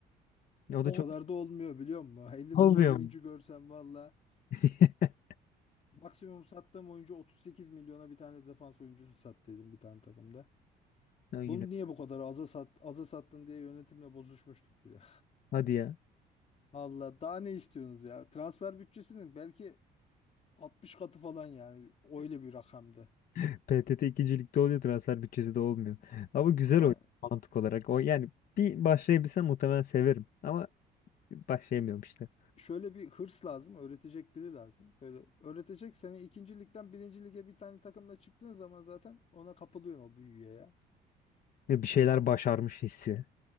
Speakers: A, on the left; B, on the left.
A: O
B: O
A: da çok
B: kadar da olmuyor biliyor musun? <laughs> 50
A: olmuyor
B: milyon oyuncu
A: mu?
B: görsem valla.
A: <laughs>
B: Maksimum sattığım oyuncu 38 milyona bir tane defans oyuncusu sattıydım bir tane takımda.
A: Ya Yine.
B: Bunu niye bu kadar aza sat aza sattın diye yönetimle bozuşmuştuk bir de.
A: Hadi ya.
B: Valla daha ne istiyorsunuz ya? Transfer bütçesinin belki 60 katı falan yani öyle bir rakamdı.
A: <laughs> PTT ikincilikte oluyor transfer bütçesi de olmuyor. Ama güzel
B: Yani
A: oyun mantık olarak. O yani bir başlayabilsem muhtemelen severim. Ama başlayamıyorum işte.
B: şöyle bir hırs lazım, öğretecek biri lazım. Böyle öğretecek seni ikinci ligden birinci lige bir tane takımla çıktığın zaman zaten ona kapılıyorsun o büyüye ya.
A: Ve bir şeyler başarmış hissi.